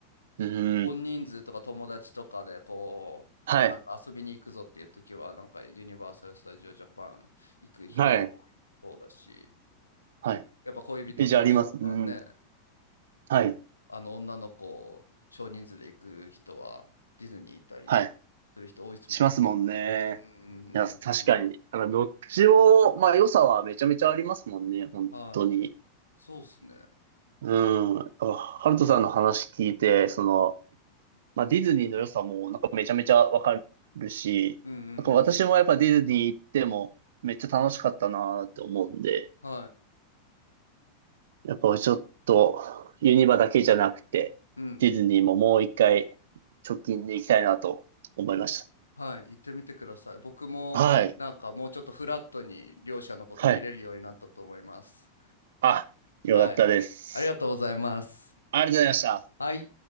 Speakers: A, on the right; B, on the left.
A: うーん。
B: 大人数とか友達とかでこう、
A: はい。
B: なんか遊びに行くぞっていう時は、なんかユニバーサル・スタジオ・ジャパン行く人が多いそうだし。
A: はい。はい。
B: やっぱ恋人同士とかね、
A: イじゃあります。うん。はい。
B: あの女の子、少人数で行く人はディズニー行ったりする人多いですもんね。
A: はい。しますもんね。
B: うんうんうん
A: いや、確かに。
B: うんうん。
A: あの、どっちを、まあ、良さはめちゃめちゃありますもんね。本当に。
B: はい。そうっすね。
A: うん。ハルトさんの話聞いて、その、まあ、ディズニーの良さもなんかめちゃめちゃわかるし、
B: うんうんうんうん。
A: なんか私もやっぱディズニー行ってもめっちゃ楽しかったなって思うんで、
B: は
A: やっぱちょっとユニバだけじゃなくて、
B: い。うん。
A: ディズニーももう一回直近で行きたいなと思いまし
B: はい。行ってみてください。僕もなんかもうちょっとフラットに両者のこと見れるようになったと思います。
A: た。はい。はい。あ、よかったです。
B: はい。ありがとうございます。
A: ありがとうございました。
B: はい。